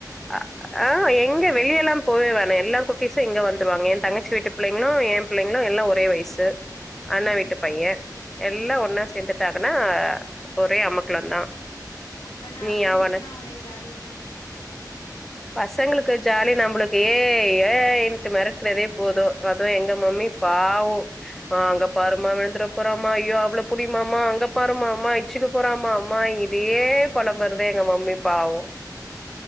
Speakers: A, in the centre; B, on the left.
A: அ ஆ எங்க வெளியெல்லா போயவானே எல்லா குட்டிஸூ இங்க வந்துருவாங்க ஏ தங்கச்சி வீட்டு புள்ளைங்களு ஏ புள்ளைங்களு எல்லா ஒரே வயசு அண்ணே
B: ம்
A: வீட்டு பையே எல்லா ஒன்னா சேந்துட்டாங்கன்னா ஒரே அமக்களந்தா
B: அப்பன்னா
A: நீ
B: அவுங்களுக்குதா
A: அவனு
B: ஒரே ஜாலின்னு சொல்லுங்க
A: பசங்களுக்கு ஜாலி நம்மளுக்கு ஏய் ஏய் இன்ட்டு மெறட்னதே போது அது எங்க மம்மி பாவோ ஆ அங்க பாருமா விழுந்துட போறாமா ஐயோ அவள புடிம்மா அம்மா அங்க பாருமா அம்மா இச்சுக்கு போறாமா அம்மா ம்மா இதையே பொலம்பரதுதா எங்க மம்மிப் பாவோ